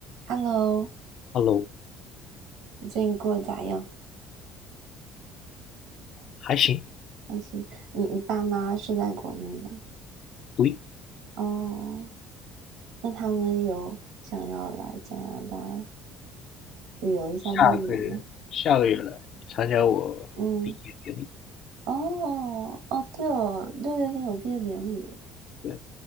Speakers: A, on the right; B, on the left.
A: Hello，
B: Hello，
A: 你最近过得咋样？
B: 还行，
A: 还行。你你爸妈是在国内吗？
B: 不
A: 哦，那他们有想要来加拿大旅游一下之类的吗？
B: 下个月下个月来参加我毕业典礼。
A: 嗯，哦哦，对哦，六月份有毕业典礼，
B: 对，